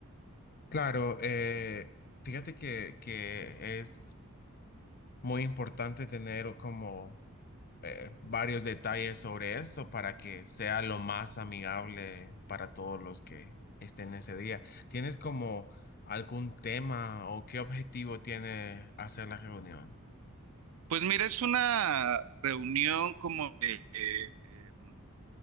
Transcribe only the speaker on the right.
Pues mira, es una reunión como de, eh, em,